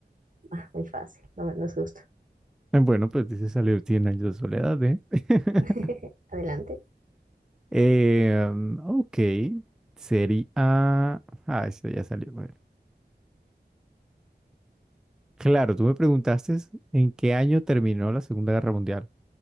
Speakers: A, on the right (about 45°); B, in the centre.
A: Ah, muy fácil. No, me- no es justo.
B: Eh, Bueno, pues dice salió 100 años de soledad, ¿eh? <laughs>
A: <laughs> Adelante.
B: Eh, um, ok, sería... Ah, eso ya salió. bueno. Claro, tú me preguntaste en qué año terminó la Segunda Guerra Mundial,